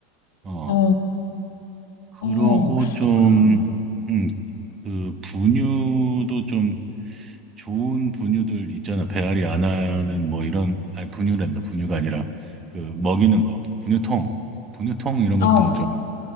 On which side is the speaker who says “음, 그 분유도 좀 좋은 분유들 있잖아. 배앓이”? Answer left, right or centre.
Right